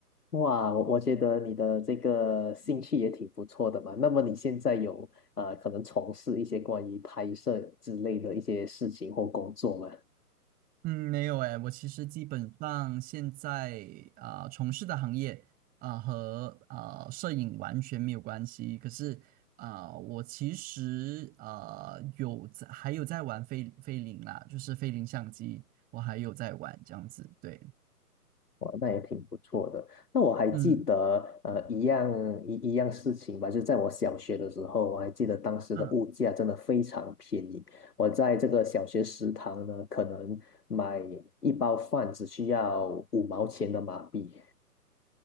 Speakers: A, on the left; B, on the right.
A: 哇，我我觉得你的这个兴趣也挺不错的嘛。那么你现在有呃可能从事一些关于拍摄之类的一些事情或工作吗？
B: 嗯，没有诶，我其实基本上现在啊、从事的行业啊、和啊、摄影完全没有关系。可是啊、我其实啊、有在还有在玩菲菲林啦，就是菲林相机，我还有在玩这样子。对，
A: 哇，那也挺不错的。那我还记得，
B: 嗯
A: 呃，一样一一样事情吧，就在我小学的时候，我还记得当时的物价真的非常便宜。
B: 嗯，
A: 我在这个小学食堂呢，可能买一包饭只需要五毛钱的马币，